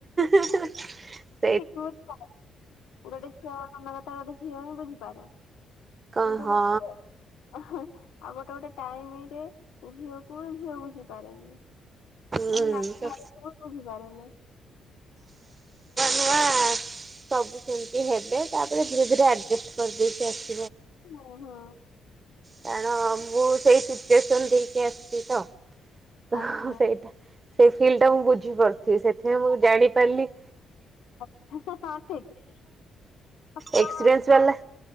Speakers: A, on the right; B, on the left.
A: <inaudible>
B: ସେଠି <unintelligible> ସଟ ମନ କଥା ଗୋଟେ ଝିଅ ହିଁ ବୁଝିପାରେ।
A: କଣ
B: କିନ୍ତୁ
A: ହଁ
B: ଗୋଟେ ରେ ହୁଁ। ଆଉ ଗୋଟେ ଗୋଟେ ଟାଇମରେ ଝିଅକୁ ହିଁ ଝିଅ ବୁଝିପାରେନି।
A: ହୁଁ
B: ମାନେ ନାରୀ
A: ହଁ
B: ନାରୀ କୁ ହିଁ ବୁଝିପାରେନି। <inaudible>
A: ହଁ ସବୁ ସେମିତି ହେବେ ତାପରେ ଧୀରେ ଧୀରେ ଆଡଜଷ୍ଟ କରିଦେଇଛି ଆସ
B: ଓ ହଁ।
A: କାରଣ ମୁଁ ସେଇ ସିଚୁଏସନ ଦେଇକି ଆସିଚି ତ ତ
B: ଆଚ୍ଛା
A: ସେଇଟା ସେ ଫିଲ୍ ଟା ମୁଁ ବୁଝି ବୁଝିପାରୁଥିବି ସେଥିପାଇଁ ମୁଁ ଜାଣି ପାରିଲି
B: <unintelligible> ଠିକ <inaudible> ଆପଣ
A: ଏକ୍ସପିରିଏନ୍ସ ବାଲା